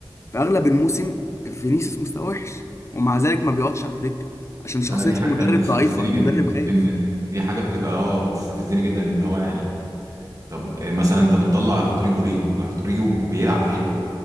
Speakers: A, on the left; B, on the right.
A: في اغلب الموسم فينيسيوس مستواه وحش ومع ذلك ما بيقعدش على الدكة عشان شخصية
B: انا دي حاجه
A: المدرب
B: كانت بتستفزني
A: ضعيفة المدرب
B: جدا
A: خايف
B: ان دي حاجه بتبقى اه بتستفزني جدا اللي هو يعني طب مثلا انت بتطلع رودريجو ليه ما رودريجو بيلعب حلو